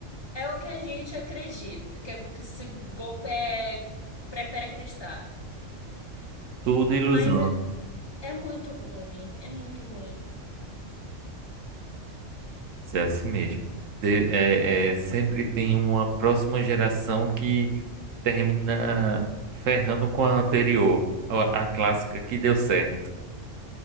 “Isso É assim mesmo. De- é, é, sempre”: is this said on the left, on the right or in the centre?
Right